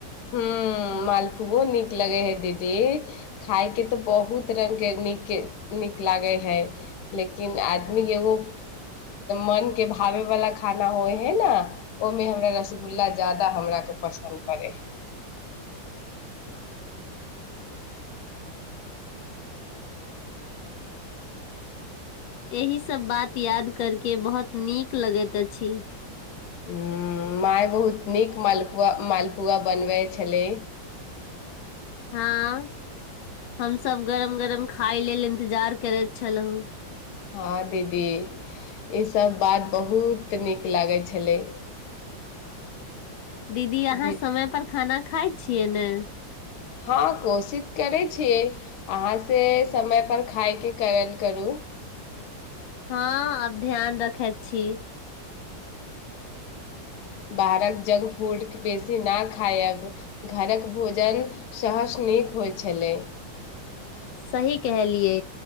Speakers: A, on the left (about 65°); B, on the left (about 90°).
A: ह मालपुओ नीक लगे हे दीदी खाायके तऽ बहुत रंगग के नीक नीक लागे है लेकिन आदमी एगो मन के भावे वालला खाना होइ है न। ओहिमे हमरा रसगुल्ला ज्यदा हमरा के पसन्द पड़े
B: एहि सब बात याद करके बहुत नीक लगैत अछि।
A: ह माय बहुत नीक मालपुआ मालपुआ बनबै छलै।
B: हँ हमस गरम गरम खााय लेल इंतजार करैत छलहुँ।
A: हँ दीदी ईसभ बात बहुत नीक लागै छलै।
B: दीदी अहाँ
A: दी
B: समय पर खाना खाइ छियै ने।
A: हँ कोशिश करै छियै अहाँ से समय पर खाायके करल करू।
B: हँ आब ध्यान रखैत छी।
A: बाहरक जंक फूड बेसी न खायब घरक भोजन सहस नीक होइ छलै।
B: सही कहलियै